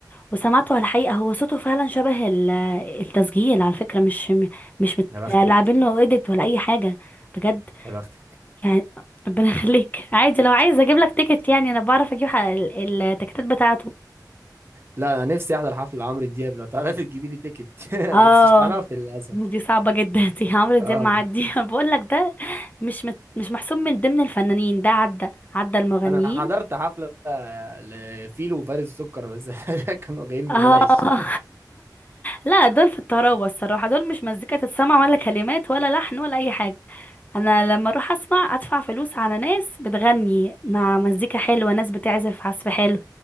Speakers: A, on the left; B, on the right.
A: وسمعته على الحقيقه هو صوته فعلا شبه ال- التسجيل على فكره مش مش متلاعبين
B: يا بختك
A: له ايديت ولا اي حاجه بجد
B: يا بختك
A: يعني ربنا <laughs> يخليك عادي لو عايز اجيب لك تيكت يعني انا بعرف اجيب ح- ال- التيكتات بتاعته
B: لا انا نفسي احضر حفله عمرو دياب لو تعرفي تجيبي لي تيكت <laughs> بس
A: اه
B: مش هتعرفي للاسف
A: دي صعبه جدا <laughs> دي عمرو
B: اه
A: دياب معدي <laughs> بقول لك ده مش مت... مش محسوب من ضمن الفنانين ده عدى عدى المغنيين
B: انا حضرت حفله لفيلو وفارس السكر بس <laughs> كانوا جايين
A: اه
B: ببلاش
A: <laughs> لا دول في الطراوة الصراحة دول مش مزيكا تتسمع ولا كلمات ولا لحن ولا أي حاجة أنا لما أروح أسمع أدفع فلوس على ناس بتغني مع مزيكا حلوة ناس بتعزف عزف حلو